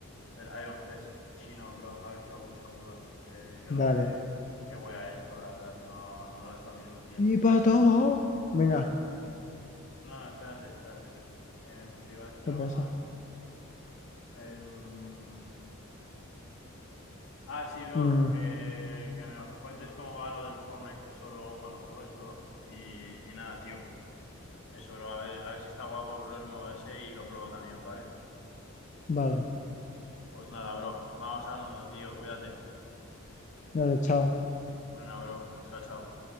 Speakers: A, on the left (about 65°); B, on the left (about 35°).
A: del Iron Fest chino, bro. A ver si lo busco, bro. Que yo
B: Dale.
A: no sé qué wea es, bro, la verdad. No, no lo he estado viendo, tío.
B: Sí, pato. Venga,
A: No, no, espérate, espérate. Em, te iba a decir
B: ¿qué
A: algo
B: pasa?
A: más. Em, Ah, sí, bro,
B: Mm,
A: que, que me cuentes cómo va lo del Fortnite, eso luego cuando juegues, bro. Y, y nada, tío. Eso, bro, a ver, a ver si está guapo, bro, el modo ese y lo pruebo también, ¿vale?
B: vale.
A: Pues nada, bro, vamos hablando, tío, cuídate.
B: Dale, chao.
A: Venga, bro, chao, chao.